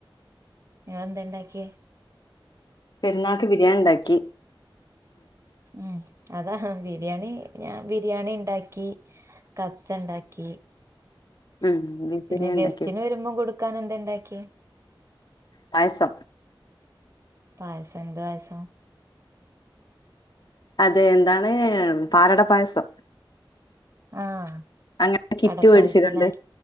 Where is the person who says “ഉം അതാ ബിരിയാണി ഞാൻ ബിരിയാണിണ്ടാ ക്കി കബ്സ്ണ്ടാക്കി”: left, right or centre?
Right